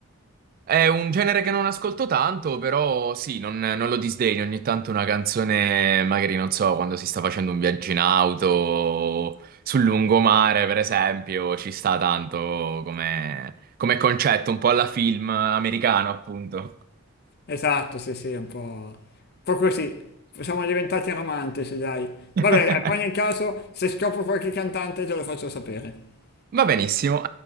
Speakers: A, on the right; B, on the left.
A: è un genere che non ascolto tanto, però sì, non, non lo disdegno. Ogni tanto una canzone, magari non so, quando si sta facendo un viaggio in auto, sul lungomare, per esempio, ci sta tanto come, come concetto, un po' alla film americano, appunto.
B: Esatto, sì, sì, un po', un po' così. Siamo diventati romantici, dai. Vabbè,
A: <laughs>
B: dai, poi nel caso, se scopro qualche cantante, te lo faccio sapere.
A: Va benissimo.